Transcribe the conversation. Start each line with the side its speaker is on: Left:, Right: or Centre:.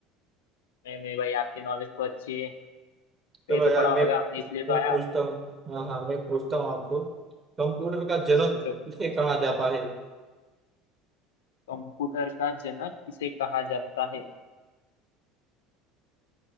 Left: नहीं नहीं भाई आपकी नॉलेज तो अच्छी है
Right: चलो
Left: ये तो
Right: यार
Left: पढ़ा
Right: मैं
Left: होगा आपने इसलिए तो
Right: मैं
Left: आया
Right: पूछता
Left: आपका
Right: हूँ हाँ हाँ मैं पूछता हूँ आपको कंप्यूटर का जनक
Left: पूछो पूछो
Right: किसे कहा जाता है
Left: कंप्यूटर का जनक किसे कहा जाता है